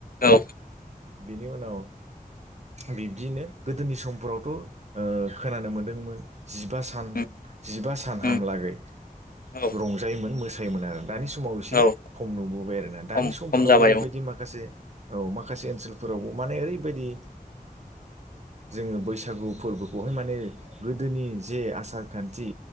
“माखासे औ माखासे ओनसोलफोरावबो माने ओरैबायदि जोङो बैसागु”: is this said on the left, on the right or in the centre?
Right